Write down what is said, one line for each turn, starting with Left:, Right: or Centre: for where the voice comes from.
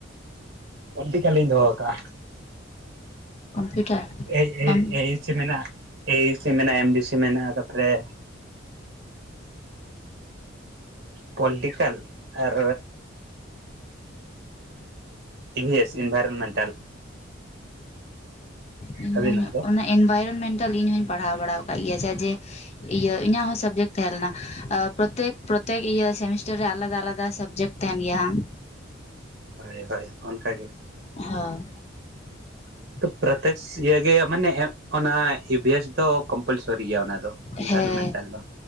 Right: ᱯᱚᱞᱴᱤᱠᱮᱞᱤᱧ ᱫᱚᱦᱚ ᱠᱟᱜ-ᱟ᱾
Left: ᱠᱚᱢᱯᱤᱭᱩᱴᱟᱨ
Right: ᱮ
Left: ᱠᱚᱢ
Right: ᱥᱤ ᱢᱮᱱᱟᱜ ᱮ ᱥᱤ ᱢᱮᱱᱟᱜᱼᱟ, ᱮᱢ ᱰᱤ ᱥᱤ ᱢᱮᱱᱟᱜᱼᱟ᱾ ᱛᱟᱨᱯᱚᱨᱮ ᱯᱚᱞᱤᱴᱤᱠᱟᱞ ᱟᱨ ᱤ ᱵᱷᱤ ᱮᱥ ᱤᱱᱵᱷᱟᱭᱨᱚᱱᱢᱮᱱᱴᱟᱞ
Left: ᱚ ᱤᱧᱦᱚᱧ
Right: ᱟᱹᱵᱤᱱᱟᱜ ᱫᱚ
Left: ᱚᱱᱮ ᱤᱱᱵᱟᱭᱨᱢᱮᱱᱴᱟᱞ ᱤᱧ ᱦᱚᱧ ᱯᱟᱲᱦᱟᱣ ᱵᱟᱲ ᱟᱠᱟᱫ ᱜᱮᱭᱟ᱾ ᱡᱮ ᱤᱭᱟᱹ ᱤᱧᱟᱹᱜ ᱦᱚᱸ ᱥᱟᱵᱡᱮᱠᱴ ᱛᱟᱦᱮᱸᱞᱮᱱᱟ᱾ ᱯᱨᱚᱛᱮᱠ ᱯᱨᱚᱛᱮᱠ ᱤᱭᱟᱹ ᱥᱮᱢᱤᱥᱴᱟᱨ ᱨᱮ ᱟᱞᱟᱫᱟ, ᱟᱞᱟᱫᱟ ᱥᱟᱵᱡᱮᱠᱴ ᱛᱟᱦᱮᱱ ᱜᱮᱭᱟ ᱦᱟᱝ
Right: ᱦᱳᱭ ᱦᱳᱭ ᱚᱱᱠᱟ ᱜᱮ
Left: ᱦᱳᱭ <inaudible>
Right: ᱯᱨᱚᱛᱮᱠ ᱤᱭᱟᱹ ᱜᱮ ᱢᱟᱱᱮ ᱚᱱᱟ ᱤ ᱵᱷᱤ ᱮᱥ ᱫᱚ ᱠᱚᱢᱯᱟᱞᱥᱚᱨᱤ ᱜᱮᱭᱟ ᱚᱱᱟ ᱫᱚ᱾ ᱤᱱᱵᱷᱟᱨᱢᱮᱱᱴᱟᱞ
Left: ᱦᱮᱸ
Right: ᱫᱚ